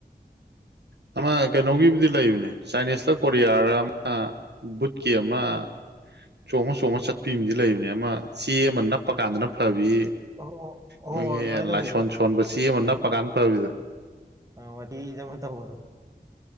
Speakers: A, on the right; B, on the right.
A: ꯍ ꯑꯃ ꯀꯩꯅꯣꯒꯤꯕꯨꯗꯤ ꯂꯩꯕꯅꯦ ꯆꯥꯏꯅꯤꯁꯂ ꯀꯣꯔꯤꯌꯥꯔ ꯑꯃ ꯕꯨꯠꯀꯤ ꯑꯃ ꯆꯣꯡꯉ ꯆꯣꯡꯉ ꯆꯠꯄꯤꯝꯗꯤ ꯂꯩꯕꯅꯦ ꯑꯃ ꯆꯦ ꯑꯃ ꯅꯞꯄ ꯀꯥꯟꯗꯅ ꯐꯕꯤ
B: ꯑꯣ ꯑꯣ
A: ꯃꯣꯏꯒꯤ
B: ꯑꯗꯨꯃꯥꯏꯅ ꯇꯧꯕꯤꯗꯣ
A: ꯂꯥꯏꯁꯣꯟ ꯁꯣꯟꯕ ꯆꯦ ꯑꯃ ꯅꯞꯄꯀꯥꯟ ꯐꯕꯤꯗ
B: ꯑ ꯋꯥꯗꯤ ꯏ ꯃ ꯇ ꯍꯣꯗꯨ